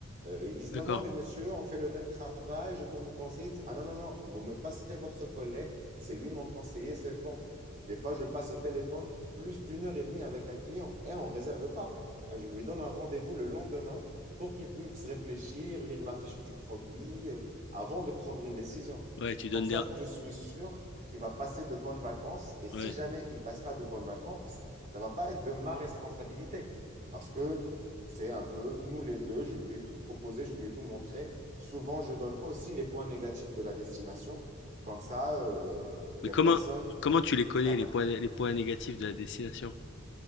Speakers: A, on the right (about 35°); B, on the left (about 55°).
A: Euh, ils disent,
B: d'accord.
A: non, non, mais monsieur, on fait le même travail, je peux vous conseiller. Ils disent, ah non, non, non, vous me passez votre collègue, c'est lui mon conseiller, c'est bon. Des fois, je passe au téléphone plus d'une heure et demie avec un client et on ne réserve pas. Ah, Je lui donne un rendez-vous le lendemain pour qu'il puisse réfléchir, lire la fiche du produit euh, avant de prendre une décision.
B: Ouais, tu
A: Comme
B: donnes
A: ça,
B: des
A: je suis sûr qu'il va passer de bonnes vacances et si
B: ouais.
A: jamais il passe pas de bonnes vacances, ça va pas être de ma responsabilité parce que c'est un peu nous les deux, je lui ai tout proposé, je lui ai tout montré. Souvent, je donne aussi les points négatifs de la destination. Comme ça, euh, les
B: Mais comment
A: personnes,
B: comment tu les connais
A: ça va.
B: les points les points négatifs de la destination?